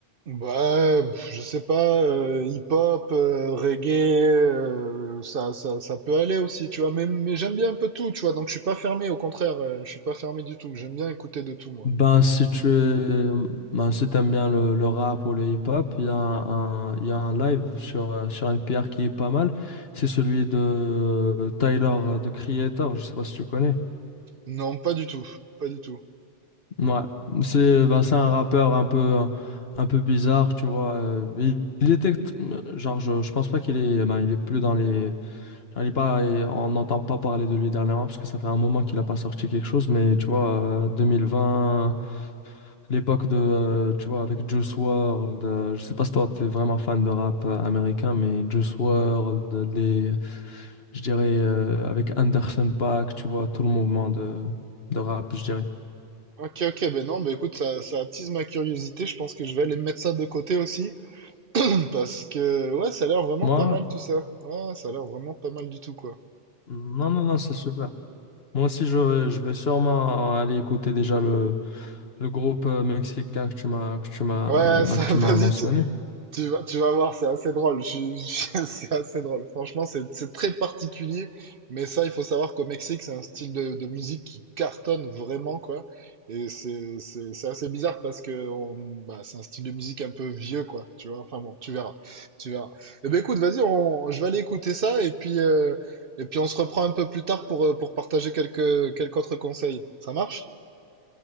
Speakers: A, on the right; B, on the left.
A: Ouais, pff, je sais pas, euh, hip-hop, euh, reggae, euh, ça, ça, ça peut aller aussi, tu vois. Mais, mais j'aime bien un peu tout, tu vois. Donc je suis pas fermé, au contraire, euh, je suis pas fermé du tout. J'aime bien écouter de tout, moi.
B: Ben, si tu es- ben, si t'aimes bien le, le rap ou le hip-hop, il y a un, un- il y a un live sur, euh, sur NPR qui est pas mal. C'est celui de euh, Tyler, de Creator, je sais pas si tu connais.
A: Non, pas du tout, pas du tout.
B: Ouais, c'est ben, c'est un rappeur un peu, un peu bizarre, tu vois. euh, Il, il était, genre, je, je pense pas qu'il est, ben, il est plus dans les. genre, il est pas, et on n'entend pas parler de lui dernièrement parce que ça fait un moment qu'il a pas sorti quelque chose, mais tu vois, euh, 2020. L'époque de, euh, tu vois, avec Juice World euh, je sais pas si toi t'es vraiment fan de rap euh, américain, mais Juice WRLD, les, je dirais, euh, avec Anderson .Paak, tu vois, tout le mouvement de, de rap, je dirais.
A: Ok, ok, ben non, ben écoute, ça, ça attise ma curiosité. Je pense que je vais aller mettre ça de côté aussi. parce que ouais, ça a l'air vraiment
B: Ouais,
A: pas
B: ouais.
A: mal tout ça. Ouais, ça a l'air vraiment pas mal du tout quoi.
B: non, non, non, c'est super. Moi aussi, je, vais- je vais sûrement aller écouter déjà le, le groupe euh, mexicain que tu m'as, que tu m'as,
A: Ouais, ça,
B: que tu
A: <laughs> vas-y,
B: m'as mentionné.
A: Tu vas, tu vas voir, c'est assez drôle. Je- je- <laughs> c'est assez drôle. Franchement, c'est c'est très particulier. Mais ça, il faut savoir qu'au Mexique, c'est un style de, de musique qui cartonne vraiment, quoi. Et c'est c'est- c'est assez bizarre parce que on- bah, c'est un style de musique un peu vieux, quoi. Tu vois? Enfin bon, tu verras. Tu verras. Eh ben écoute, vas-y, on- je vais aller écouter ça et puis, euh, et puis on se reprend un peu plus tard pour, euh, pour partager quelques, quelques autres conseils. Ça marche?